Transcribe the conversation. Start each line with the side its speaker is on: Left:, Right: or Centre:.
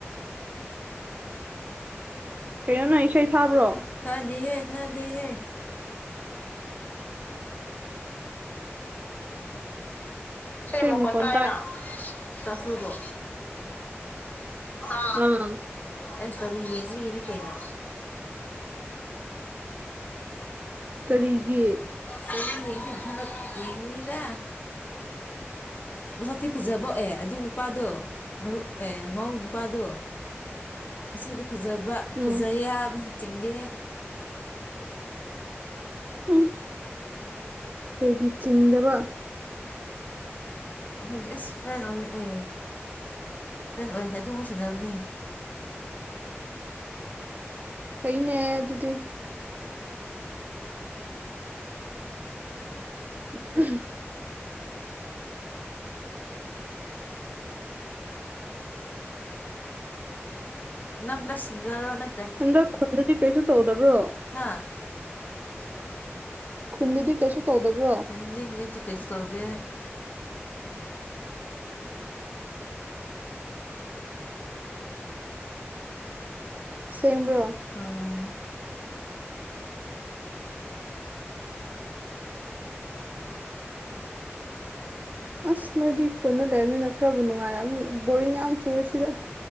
Right: ꯀꯩꯅꯣ ꯅꯪ ꯏꯁꯩ ꯊꯥꯕ꯭ꯔꯣ
Left: ꯊꯗꯤꯦꯍꯦ ꯊꯗꯤꯦꯍꯦ ꯁꯤꯃꯀꯣꯟ
Right: ꯏꯁꯩ ꯃꯈꯣꯟ
Left: ꯇꯥꯏꯅ ꯆꯁꯨꯒꯣ ꯑ
Right: ꯑꯥ
Left: ꯑꯦ ꯌꯦꯡꯅ ꯀꯩꯅꯣ
Right: ꯀꯔꯤꯒꯤ
Left: ꯀ ꯌꯦ ꯊꯃ ꯌꯦꯉꯉꯅꯤꯗ ꯃꯁꯇꯤ ꯐꯖꯕ ꯑꯦ ꯑꯗꯨ ꯅꯨꯄꯥꯗꯣ ꯃꯔꯨꯞ ꯑꯦ ꯃꯧꯒꯤ ꯅꯨꯄꯥꯗꯣ ꯉꯁꯥꯏꯗꯤ ꯐꯖꯕ ꯐꯖ
Right: ꯎꯝ
Left: ꯌꯥꯕꯁꯨ ꯆꯤꯡꯗꯦ
Right: ꯎꯝ ꯀꯩꯒꯤ ꯆꯤꯡꯗꯕ
Left: ꯑꯩꯈꯣꯏꯗꯤ ꯑꯁ ꯐ꯭ꯔꯦꯟ ꯑꯣꯏ ꯑꯦ ꯐ꯭ꯔꯦꯟ ꯑꯣꯏꯅꯤ ꯑꯗꯨꯕꯨꯨ ꯁꯤꯟꯅꯅꯕꯅꯦ
Right: ꯀꯩꯅꯦ ꯑꯗꯨꯗꯤ ꯎ
Left: ꯅꯪ ꯁꯤꯁꯤꯡꯒꯔ ꯅ
Right: ꯍꯟꯗꯛ ꯈꯨꯟꯗꯗꯤ ꯀꯩꯁꯨ ꯇꯧꯗꯕ꯭ꯔꯣ
Left: ꯍꯥ
Right: ꯈꯨꯟꯗꯗꯤ ꯀꯩꯁꯨ ꯇꯧꯗꯕ꯭ꯔꯣ
Left: ꯐꯅꯗꯤ ꯍꯧꯖꯤꯛꯇꯤ ꯀꯩꯁꯨ ꯇꯧꯗꯦ
Right: ꯁꯦꯡꯕ꯭ꯔꯣ
Left: ꯑꯥ <inaudible>
Right: ꯑꯁ ꯅꯣꯏꯗꯤ ꯈꯨꯅ ꯂꯩꯕꯅꯤꯅ ꯈꯔꯕꯨ ꯅꯨꯡꯉꯥꯏꯔꯅꯤ ꯕꯔꯤꯡ ꯌꯥꯝ ꯆꯨꯔꯦ ꯁꯤꯗꯣ